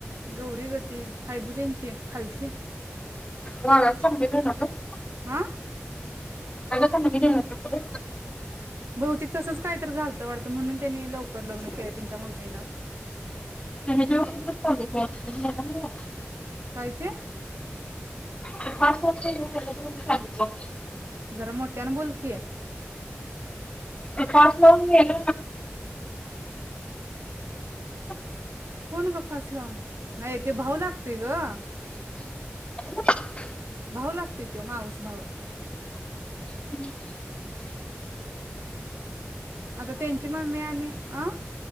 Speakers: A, on the right; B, on the left.
A: गौरी गं गती हायबुदेंची खालची
B: बाजार संपीत येणार गं.
A: आ
B: पण म्हणली नाही वाटत.
A: बहुतेक तसच कायतरी झालतं वाटत म्हणून त्यांनी लवकर लग्न केलं त्यांच्या मम्मीन.
B: ते हेच्यावरतीच ठेवलंय की आपलं
A: काय ते?
B: ते पाच वर्ष येऊ येऊन राहिल्यात म्हणून सांगितलेत.
A: जरा मोठ्यान बोलकी.
B: ते फास लावून मेल <unintelligible>
A: कोण ग फास लावून नाही ते भाऊ लागतोय गं
B: <inaudible>
A: भाऊ लागतोय तो मावस् भाऊ
B: <inaudible>
A: आता त्यांची मम्मी आणि आ